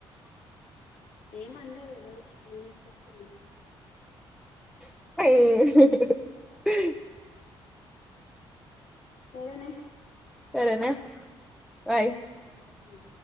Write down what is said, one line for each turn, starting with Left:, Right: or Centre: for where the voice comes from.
Left: ఏమనలేదు ఎవరు ఏం వేసుకోకపోయినా
Centre: అయ్యొ
Left: సరేనే
Centre: సరేనా బాయ్
Left: ఆహ